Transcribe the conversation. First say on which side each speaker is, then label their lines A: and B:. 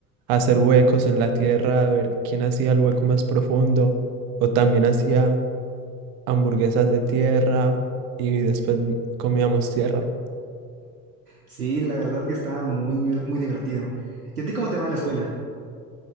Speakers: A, on the right (about 55°); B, on the right (about 80°).
A: a hacer huecos en la tierra, a ver quién hacía el hueco más profundo, o también hacía hamburguesas de tierra y después n- comíamos tierra.
B: Sí, la verdad que está muy, muy muy divertido. ¿Y a ti cómo te va en la escuela?